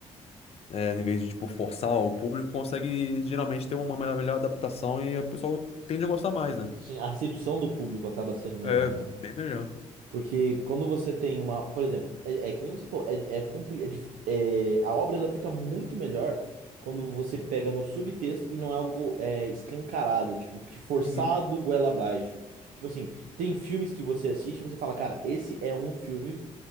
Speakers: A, on the left; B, on the right.
A: é, em vez de, tipo, forçar o público, consegue geralmente ter uma melhor, melhor adaptação e a pessoa tende a gostar mais, né?
B: Sim, a recepção do público acaba sendo melhor,
A: É
B: né?
A: bem melhor.
B: Porque quando você tem uma. Por exemplo, é, é que nem você falou, é, é, compli- é dif- é- a obra ela fica muito melhor quando você pega no subtexto e não é algo é, escancarado, tipo, forçado
A: Uhum.
B: goela abaixo. Tipo assim, tem filmes que você assiste e você fala, cara, esse é um filme